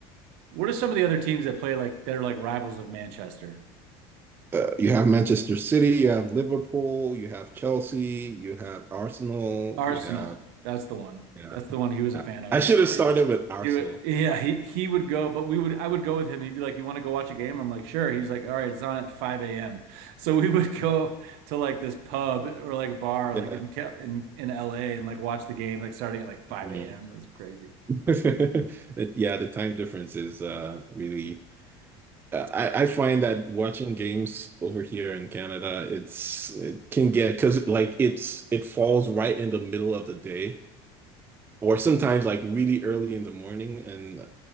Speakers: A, on the right (about 75°); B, on the right (about 15°).
A: What are some of the other teams that play like they're like rivals of Manchester?
B: uh, you have Manchester City, you have Liverpool, you have Chelsea, you have Arsenal,
A: Arsenal.
B: you have
A: That's the one.
B: yeah.
A: That's the one he was a fan of.
B: I should have
A: But
B: started with Arsenal.
A: He would, yeah,
B: <laughs>
A: he he would go, but we would I would go with him. He'd be like, "You want to go watch a game?" I'm like, "Sure." He's like, "All right, it's on at 5 a.m." So we would go to like this pub or like a bar,
B: Yeah.
A: like in Ca- in in LA, and like watch the game, like starting at like 5
B: Mm.
A: a.m. That's
B: <laughs>
A: crazy.
B: It- Yeah, the time difference is uh really uh, I, I find that watching games over here in Canada, it's it can get because like it's it falls right in the middle of the day or sometimes like really early in the morning and